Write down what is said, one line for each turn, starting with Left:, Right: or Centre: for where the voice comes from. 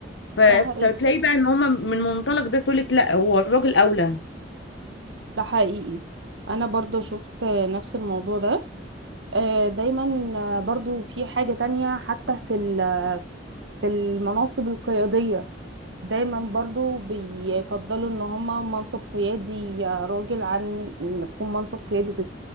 Left: ف...
Right: ده حقيقي
Left: فتلاقي بقى ان هما من منطلق ده تقولك لا هو الراجل أولى
Right: ده حقيقي أنا برضو شفت نفس الموضوع ده آه، دايما آه، برضو في حاجة تانية حتى في ال- في المناصب القيادية دايما برضو بيفضلوا ان هما منصب قيادي آه، راجل عن ان يكون منصب قيادي ست